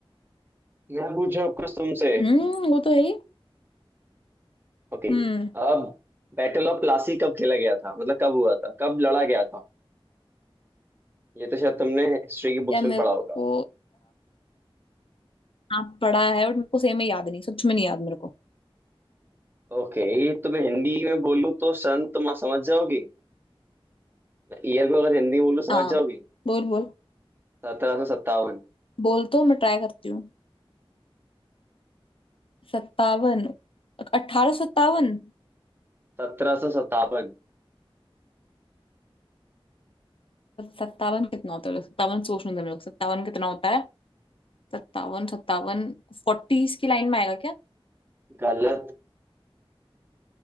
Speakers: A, on the right; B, on the left.
A: मैं पूछूं अब कुछ तुमसे
B: हम्म वो तो है ही
A: ओके
B: हम्म
A: अब बैटल ऑफ प्लासी कब खेला गया था मतलब कब हुआ था कब लड़ा गया था ये तो शायद तुमने हिस्ट्री की बुक्स
B: या मेरे
A: में पढ़ा होगा
B: को हाँ पढ़ा है बट मेरे को सेम में याद नहीं सच में नहीं याद मेरे को
A: ओके तो मैं हिंदी में बोलूँ तो सन तुम समझ जाओगी ईयर को अगर हिंदी में बोलूँ समझ
B: हाँ
A: जाओगी
B: बोल बोल
A: सत्रह सौ सत्तावन
B: बोल तो मैं ट्राई करती हूँ सत्तावन अठारह सत्तावन
A: सत्रह सौ सत्तावन
B: सत्तावन कितना होता है सत्तावन सोचने दो मेरे को सत्तावन कितना होता है सत्तावन सत्तावन फोर्टीज की लाइन में आएगा क्या
A: गलत